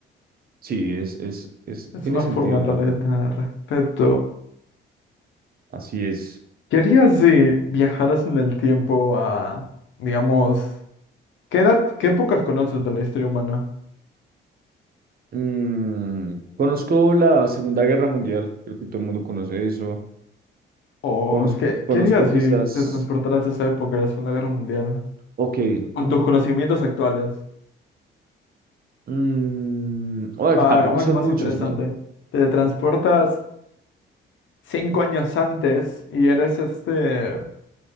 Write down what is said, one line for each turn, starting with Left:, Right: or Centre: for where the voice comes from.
Right: sí, es, es, es,
Left: Es
Right: tiene
Left: una
Right: sentido,
Left: forma
Right: la
Left: tal
Right: verdad.
Left: vez de tener respeto.
Right: Así es.
Left: ¿Qué harías si viajaras en el tiempo a, digamos, qué edad, qué épocas conoces de la historia humana?
Right: Mm, conozco la Segunda Guerra Mundial, creo que todo el mundo conoce eso.
Left: ¿O
Right: Conozco,
Left: qué,
Right: conozco
Left: qué harías
Right: quizás,
Left: si te transportaras a esa época de la Segunda Guerra Mundial?
Right: ok,
Left: Con
Right: uh,
Left: tus conocimientos actuales.
Right: mm, bueno,
Left: Va,
Right: que tampoco
Left: Hagamos
Right: son
Left: lo más
Right: muchos,
Left: interesante.
Right: ¿no?
Left: Te transportas cinco años antes y eres este,